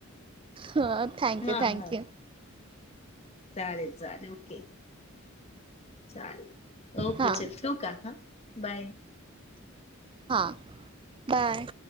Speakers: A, on the right (about 25°); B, on the left (about 30°).
A: हा थँक
B: हा
A: य्यू थँक्यू.
B: हा चालेल चालेल ओके. चाले ओके
A: हां
B: चल ठेउ का ह बाय.
A: हा बाय.